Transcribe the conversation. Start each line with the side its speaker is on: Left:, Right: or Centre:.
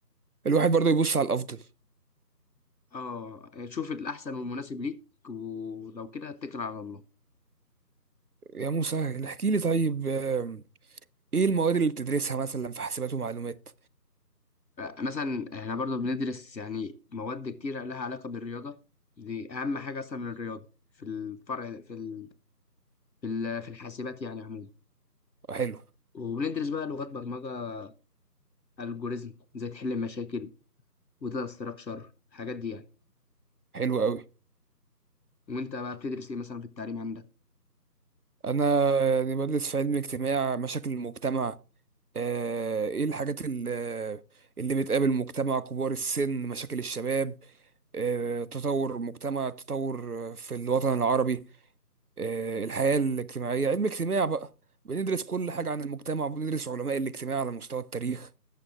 Right: الواحد برضه يبص على الافضل
Left: اه شوف الاحسن والمناسب ليك ولو كده اتكل على الله
Right: يا موسى احكي لي طيب آم، ايه المواد اللي بتدرسها مثلا في حاسبات ومعلومات
Left: مثلا احنا برضو بندرس يعني مواد كتيرة لها علاقة بالرياضة دي أهم حاجة أصلا من الرياضة في الفرع في ال... في ال... في الحاسبات يعني عموما
Right: آه، حلو
Left: وبندرس بقى لغات برمجة الجوريزم ازاي تحل المشاكل وداتا ستراكشر الحاجات دي يعني
Right: حلو قوي
Left: وانت بقى بتدرس ايه مثلا في التعليم عندك
Right: انا يعني بدرس في علم اجتماع مشاكل المجتمع آه، ايه الحاجات ال- اللي بتقابل المجتمع كبار السن مشاكل الشباب آه، تطور المجتمع تطور في الوطن العربي آه، الحياة الاجتماعية علم اجتماع بقى بندرس كل حاجة عن المجتمع وبندرس علماء الاجتماع على مستوى التاريخ